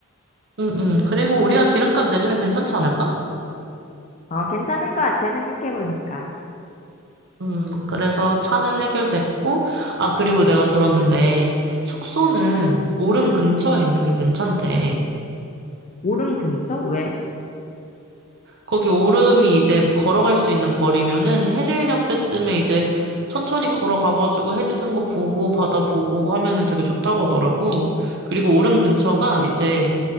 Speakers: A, on the right; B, on the left.
A: 음, 음. 그리고 우리가 기름값 내주면 괜찮지 않을까?
B: 어, 괜찮을 것 같아, 생각해보니까.
A: 음, 그래서 차는 해결됐고, 아, 그리고 내가 들었는데, 숙소는 오름 근처에 있는 게 괜찮대.
B: 오름 근처? 왜?
A: 거기 오름이 이제 걸어갈 수 있는 거리면은 해질녘 때쯤에 이제 천천히 걸어가가지고 해지는 거 보고 바다 보고 하면은 되게 좋다고 하더라고. 그리고 오름 근처가 이제